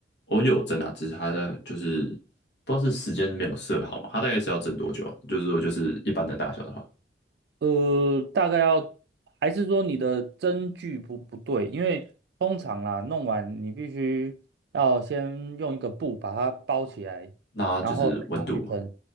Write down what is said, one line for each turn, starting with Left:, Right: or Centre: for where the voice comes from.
Left: 我有蒸啊，只是它的就是不知道是时间没有设好嘛，它大概是要蒸多久啊？就是说就是一般的大小的话，
Right: 呃，大概要，还是说你的针距不不对？因为通常啦，弄完你必须要先用一个布把它包起来，
Left: 那就是温度嘛，
Right: 然后再拿去蒸。